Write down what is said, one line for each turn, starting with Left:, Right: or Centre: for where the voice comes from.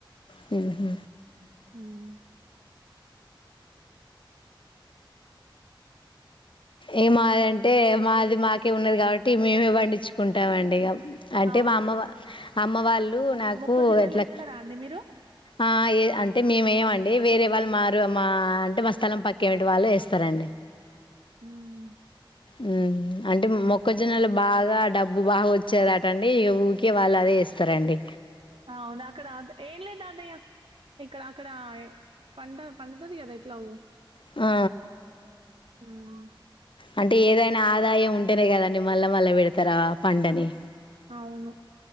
Left: హూ హు
Right: హుమ్
Left: ఏ మాది అంటే మాది మాకే ఉన్నది కాబట్టి మేమే పండించుకుంటామండి ఇగ అంటే
Right: అవును.
Left: మా అమ్మ వా అమ్మ వాళ్ ళ్ళు నాకు
Right: మొక్కజొన్నలేస్తారా
Left: అట్లా
Right: అండి మీరు?
Left: ఆ అంటే మేం వెయ్యం అండి వేరే వాళ్ మారు మా అంటే మా స్థలం పక్ క్క ఇంటి వాళ్ళు వేస్తారండి
Right: హ్మ్
Left: మ్మ్ అంటే మొక్కజొన్నలు బాగా డబ్బు బాగా వచ్చేదట అండి ఊకే వాళ్ళు అదే ఏస్తారండి
Right: అవును అక్కడ ఏం లేదు తాతయ్య ఇక్కడ అక్కడ పంట పండుతుంది కదా ఎట్లా గు
Left: ఆ
Right: హుమ్
Left: అంటే ఏదైనా ఆదాయం ఉంటేనే కదాండి మళ్ళా మళ్ళా పెడతారా పంటని
Right: అవును